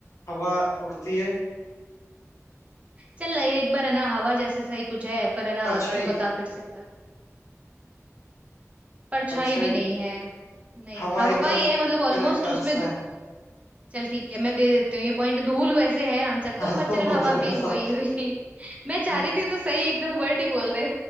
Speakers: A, on the left (about 80°); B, on the right (about 25°).
A: हवा उड़ती है
B: चल एक बार है ना हवा जैसा सही कुछ है पर है ना
A: परछाई
B: तू बता फिर से बता परछाई
A: परछाई
B: भी नहीं है नहीं
A: हवा
B: हवा
A: एकदम
B: ही है मतलब ऑलमोस्ट
A: करेक्ट
B: उसमें
A: आंसर है <laughs>
B: चल ठीक है मैं दे देती हूँ ये पॉइंट धूल वैसे है आंसर
A: हाँ,
B: तो
A: तो
B: पर चल हवा
A: अरे
B: भी
A: वाह
B: वही हुई <laughs> मैं चाह
A: हम्म,
B: रही थी तो सही एकदम वर्ड ही बोल दे